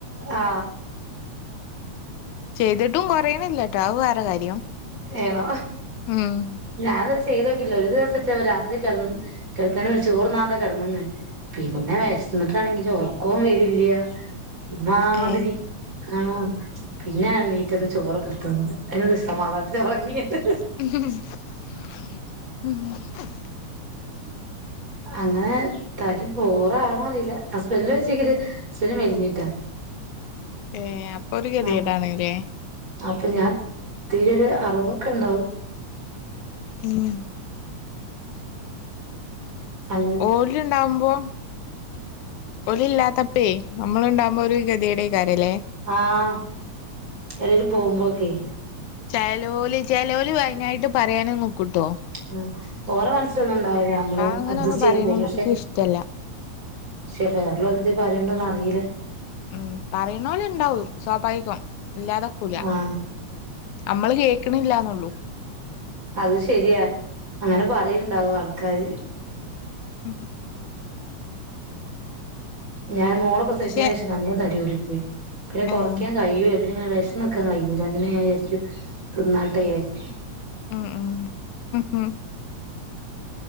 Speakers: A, on the right; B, on the left.
A: ആ
B: ചെയ്തിട്ടും കുറയണില്ലട്ടോ ആ വേറെ കാര്യം
A: ഏനോ
B: ഉം
A: ഞാനൻ ത ചെയ്ത്തോക്കില്ല ഒരു ദിവസത്തെ അവ രാത്രി കടന്ന കിടക്കാന ഒരു ചോറ് നാണ്ട കിന്നെ പിന്നെ വശന്നിട്ടാണെങ്കിൽ ഓർക്കവും വരില്ല മാതിരി
B: ഏ
A: ആഹ പിന്നെണ്ണീറ്റ ഒന്ന് ചോറ്ൊ കെത്തുന്നത് അതിനൊ സമാധാനത്തി ഉറങ്ങിത്
B: മ്
A: അങ്ങനെ തടി പോോറാണോ അറിയില്ല ഹസ്ബൻഡില് വെച്ചേക്കല് ഹസ്ബന് മെലിഞ്ഞി്
B: ഏ അപ്പൊ ഒരു ഗതി
A: ആഹ്
B: കേടാണല്ലേ
A: അപ്പൊ ഞാൻ തീരെൊ ഒരു അറിവൊക്കെ ഉണ്ടാവും
B: മ്
A: അങ്ങനെ
B: ഒല ഉണ്ടാവുമ്പോ ഒല ഇില്ലാത്ത അപ്പേ നമ്മളുണ്ടാവുമ്പോ ഒരു ഗതിയുടെയും കാര്യം അല്ലേ
A: ആഹ ഇടൽ പോകുമ്പോൊക്കെ
B: ചലോലി ചലോലി അതിനനായിട്ട് പറയാനും നോക്കൂട്ടോ
A: ആ ഓരോ മനസ്സിലൊന്നും ഉണ്ടാവില്ല നമ്മള്
B: അങ്ങനെ
A: അഡ്ജസ്റ്റ്
B: ഒന്നും
A: ചെയ്ത്
B: പറയണ
A: പോകും
B: എനിക്ക്
A: പക്ഷെ
B: ഇഷ്ടല്ല
A: പക്ഷെ വേറെളവരെ എന്തും പറയണ്ടന്ന് അറിയില്ല
B: ഉം പറയുന്നല ഉണ്ടാവും സ്വാഭാവികം ഇല്ലാതക്കൂല
A: ആഹ്
B: നമ്മള് കേൾക്കണില്ലന്നുള്ളൂ
A: അത് ശരിയാ അങ്ങനെ പറയണ്ടാവും ആൾക്കാാര്
B: മ്
A: ഞാൻ മോളെ പ്രസവിച്ചതിനന്
B: പക്ഷെ
A: ശേഷം നല്ല തടി കുടിക്ക പിന്നെ കുറയ്ക്കാൻ
B: ഏഹ്
A: കഴിയൂല്ല പിന്നെ ഇങ്ങനെ വിശക്കാൻ കഴിയൂല്ല പിന്നൊയിരിക്കും തിുന്നാട്ട ആായിരിക്കും
B: ആ ആ മ്